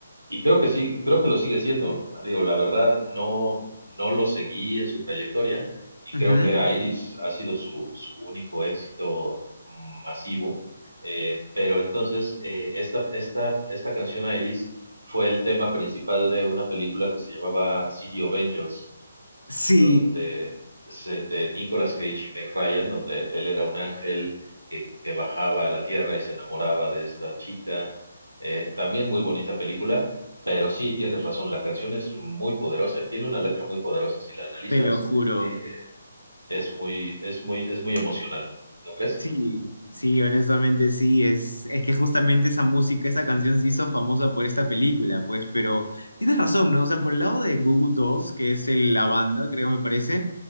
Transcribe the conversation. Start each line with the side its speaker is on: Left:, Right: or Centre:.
Right: y creo que sí, creo que lo sigue siendo. Digo, la verdad, no, no lo seguí en su trayectoria. Y
Left: Ujú.
Right: creo que Iris ha sido su, su único éxito masivo. eh, pero entonces, eh, esta, esta, esta canción Iris fue el tema principal de una película que se llamaba City of Angels
Left: Sí,
Right: donde se- de Nicolas Cage y Meg Ryan, donde él era un ángel que, que bajaba a la tierra y se enamoraba de esta chica. Eh, también muy bonita película, pero sí tienes razón, la canción es muy poderosa y tiene una letra muy poderosa. Si la analizas,
Left: te lo juro.
Right: eh, es muy, es muy, es muy emocional, ¿no crees?
Left: Sí, sí, honestamente sí, es, es que justamente esa música, esa canción se hizo famosa por esta película, pues, pero tienes razón, ¿no? O sea, por el lado de Goo Goo Dolls, que es el- la banda, creo me parece,